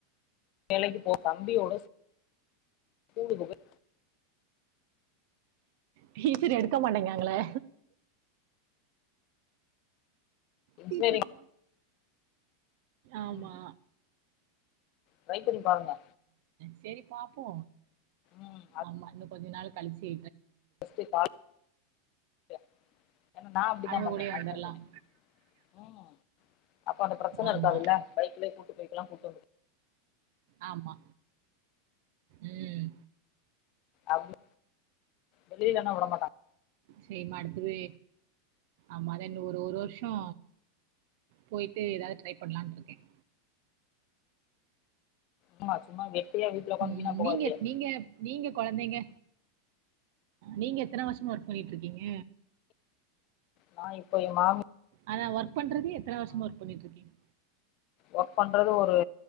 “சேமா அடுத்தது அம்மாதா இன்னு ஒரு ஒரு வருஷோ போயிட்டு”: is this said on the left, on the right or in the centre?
Right